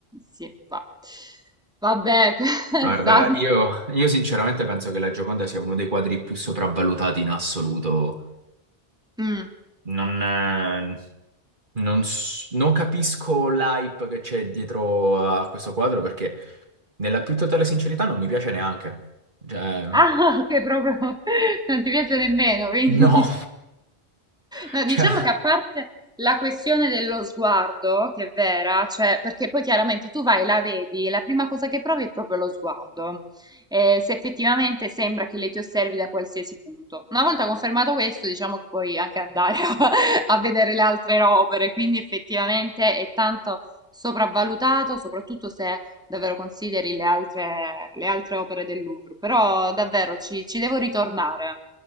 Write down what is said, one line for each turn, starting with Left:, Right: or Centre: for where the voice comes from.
Centre: Sì, va- Vabbè, <laughs> questa-
Right: Guarda, io, io sinceramente penso che la Gioconda sia uno dei quadri più sopravvalutati in assoluto.
Centre: Mm.
Right: Non. eh, Non, s- non capisco l'hype che c'è dietro a questo quadro perché, nella più totale sincerità, non mi piace neanche. Cioè,
Centre: Ah, che proprio <laughs> non ti piace nemmeno, quindi.
Right: no, <laughs>
Centre: No, diciamo
Right: cioè,
Centre: che a parte la questione dello sguardo, che è vera, cioè, perché poi chiaramente tu vai, la vedi, e la prima cosa che provi è proprio lo sguardo. Eh, se effettivamente sembra che lei ti osservi da qualsiasi punto. Una volta confermato questo, diciamo che puoi anche andare a, <laughs> a vedere le altre opere, quindi effettivamente è tanto sopravvalutato, soprattutto se davvero consideri le altre, le altre opere del Louvre. Però davvero ci ci devo ritornare.